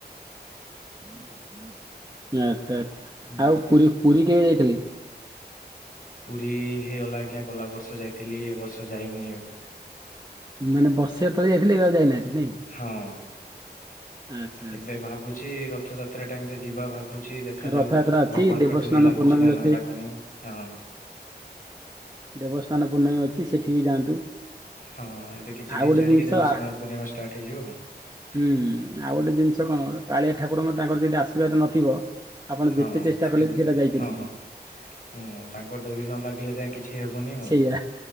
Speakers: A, on the right (about 25°); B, on the left (about 50°).
A: <inaudible> ଆଚ୍ଛା ଆଛା
B: ହୁଁ
A: ଆଉ ପୁ ପୁରୀ କେବେ ଯାଇଥିଲେ।
B: ପୁରୀ ହେଇଗଲା ଆଜ୍ଞା ଗଲା ବର୍ଷ ଯାଇଥିଲି। ଏ ବର୍ଷ ଯାଇନି।
A: ମାନେ ବର୍ଷେ ତଳେ ଯାଇଥିଲେ! ଏବେ ଆଉ ଯାଇନାହାନ୍ତି ନାଇଁ।
B: ହଁ।
A: ଆଚ୍ଛା ଆଚ୍ଛା
B: ଏବେ ଭାବୁଛି, ରଥଯାତ୍ରା ଟାଇମ୍ ରେ ଯିବା ଭାବୁ ଛି, ଦେଖାଯାଉ
A: ରଥଯାତ୍ରା ଅଛି
B: ଭଗବାନଙ୍କ
A: ଦେବସ୍ନାନ
B: ଡୋରି ଲାଗୁଛି
A: ପୂର୍ଣ୍ଣମୀ
B: ନା
A: ଅଛି।
B: ନାଁ ଲାଗୁନି ହଁ।
A: ଦେବସ୍ଥାନ ପୂର୍ଣ୍ଣମୀ ଅଛି ସେଠି ବି ଯାଆନ୍ତୁ।
B: ହଁ ଏବେ କିଛି
A: ଆଉ
B: ଦିନ
A: ଗୋଟେ
B: ଛାଡିକି
A: ଜିନିଷ
B: ଦେବସ୍ନାନ
A: ଆ
B: ପୂର୍ଣ୍ଣିମା ଷ୍ଟାର୍ଟ ହେଇଯିବ ଆଉ।
A: ହୁଁ ହୁଁ ଆଉ ଗୋଟେ ଜିନିଷ କଣ, କାଳିଆ ଠାକୁରଙ୍କ ତାଙ୍କର ଯଦି ଆଶୀର୍ବାଦ ନଥିବ ଆପଣ
B: ହଁ
A: ଯେତେ ଚେଷ୍ଟା
B: ସେଟା
A: କଲେ ବି ସେଇଟା ଯାଇପାରିବେନି।
B: ହଁ। ହୁଁ ତାଙ୍କ ଡୋରି ନ ଲାଗିଲେ ଯାଏ କିଛି ହେବନି ଆଉ।
A: ସେଇଆ